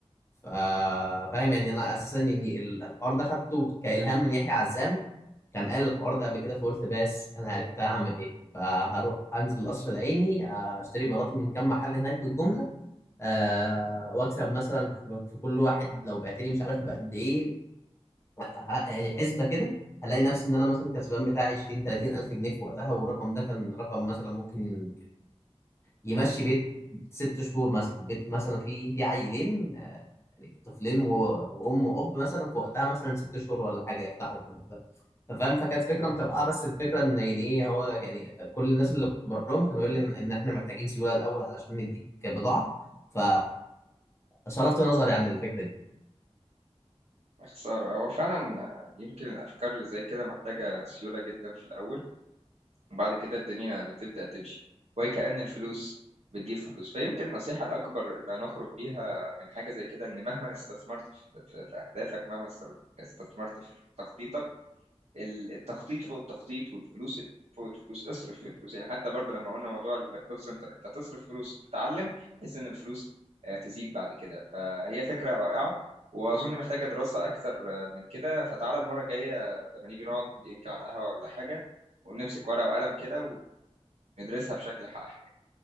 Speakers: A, on the left (about 25°); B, on the right (about 75°).
A: ف- فاهم يعني انا اساسا يعني ال- الحوار ده خدته كالهام من يحيى عزام كان قال الحوار ده قبل كده فقلت بس انا عرفت هعمل ايه فهروح انزل القصر العيني آه، اشتري بلاطي من كام محل هناك بالجمله أه واكسب مثلا في في كل واحد لو بعت لي مش عارف بقد ايه آه، يعني حسبه كده هلاقي نفسي ان انا مثلا كسبان بتاع 20 30 الف جنيه في وقتها والرقم ده كان رقم مثلا ممكن يمشي بيت ست شهور مثلا بيت مثلا فيه في عيلين آه، يعني طفلين و- وام واب مثلا في وقتها مثلا ست شهور ولا حاجه يفتحوا الباب ده فاهم فكانت فكره مترقعه بس الفكره ان يعني ايه هو يعني كل الناس اللي كنت بروح لهم كانوا يقولوا لي ان إن احنا محتاجين سيوله الاول علشان نديك بضاعه ف صرفت نظري عن الفكره دي
B: خسارة هو فعلا آه، يمكن الأفكار اللي زي كده محتاجة سيولة جدا في الأول وبعد كده الدنيا بتبدأ تمشي وكأن الفلوس بتجيب فلوس فيمكن النصيحة الأكبر اللي هنخرج بيها من حاجة زي كده إن مهما استثمرت في, في, في أهدافك مهما است- استثمرت في تخطيطك ال- التخطيط فوق التخطيط والفلوس فوق الفلوس اصرف في الفلوس يعني حتى برضو لما قلنا موضوع الكول سنتر انت تصرف فلوس تتعلم بحيث ان الفلوس آه، تزيد بعد كده فهي فكرة رائعة واظن محتاجة دراسة اكثر آه، من كده فتعالى المرة الجاية آه، لما نيجي نقعد يمكن على القهوة ولا حاجة ونمسك ورقة وقلم كده وندرسها بشكل احلى